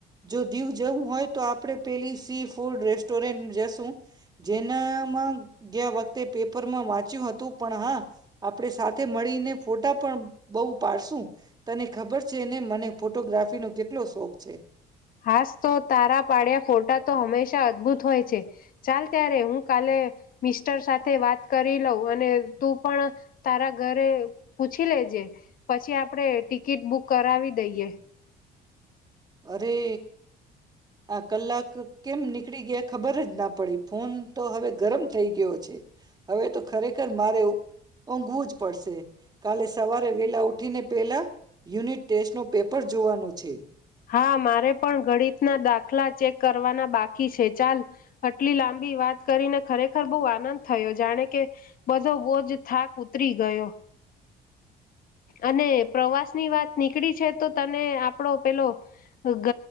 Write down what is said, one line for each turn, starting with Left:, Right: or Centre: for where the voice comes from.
Right: જો દીવ જવું હોય તો આપણે પેલી સી ફૂડ રેસ્ટોરન્ટ જશું જેનામાં ગયા વખતે પેપરમાં વાંચ હતું પણ હા આપણે સાથે મળીને ફોટા પણ બહુ પાડશું તને ખબર છે ને મને ફોટોગ્રાફીનો કેટલો શોખ છે
Left: હાસ તો તારા પાડ્યા ફોટા તો હંમેશા અદભુત હોય છે ચાલ ત્યારે હું કાલે મિસ્ટર સાથે વાત કરી લઉં અને તું પણ તારા ઘરે પૂછી લેજે પછી આપણેે ટિકિટ બુક કરાવી દઈએ
Right: અરે આ કલાક કેમ નીકળી ગયા ખબર જ ના પડી ફોન તો હવે ગરમ થઈ ગયો છે હવે તો ખરેખર મારે ઊંઘવું જ પડશે કાલે સવારે વેલા ઉઠીને પેલા યુનિટ ટેસ્ટ નો પેપર જોવાનો છે
Left: હા મારે પણ ગણિતના દાખલા ચેક કરવાના બાકી છે ચાલ આટલી લાંબી વાત કરીને ખરેખર બહુ આનંદ થયો જાણે કે બધો બોજ થાક ઉતરી ગયો અને પ્રવાસ ની વાત નીકળી છે તો તને આપણો પેલો ગ